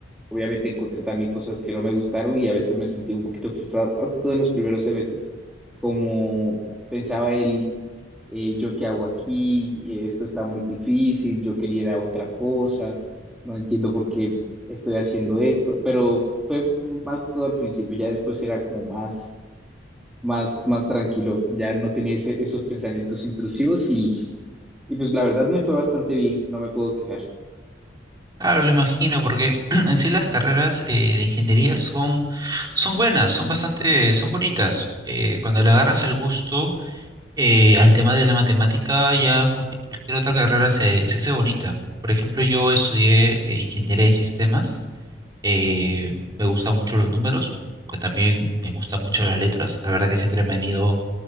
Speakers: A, in the centre; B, on the right.
A: Obviamente encontré también cosas que no me gustaron y a veces me sentí un poquito frustrado, más que todo en los primeros semestres, como pensaba él eh, yo qué hago aquí, eh, esto está muy difícil, yo quería ir a otra cosa, no entiendo por qué estoy haciendo esto, pero fue más todo al principio, ya después era como más, más, más tranquilo, ya no tenía ese- esos pensamientos intrusivos y, y pues la verdad me fue bastante bien, no me puedo quejar.
B: Claro, lo imagino, porque <clears throat> en sí las carreras eh, de ingeniería son, son buenas, son bastante, son bonitas. Eh, cuando le agarras el gusto eh, al tema de la matemática, ya cualquier cualquier otra carrera se, se hace bonita. Por ejemplo, yo estudié eh, ingeniería de sistemas, eh, me gustan mucho los números, que también me gustan mucho las letras. La verdad que siempre me han ido